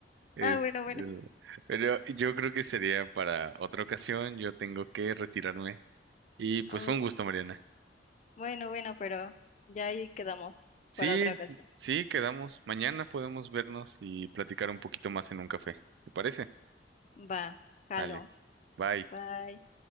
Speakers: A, on the right; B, on the left.
A: Es,
B: Ah, bueno, bueno.
A: es- pero yo creo que sería para otra ocasión. Yo tengo que retirarme. Y pues
B: Oh,
A: fue un gusto, Mariana.
B: bueno, bueno, pero ya ahí quedamos
A: Sí,
B: para otra ocasión.
A: sí, quedamos. Mañana podemos vernos y platicar un poquito más en un café. ¿Te parece?
B: Va, jalo.
A: Dale, bye.
B: Bye.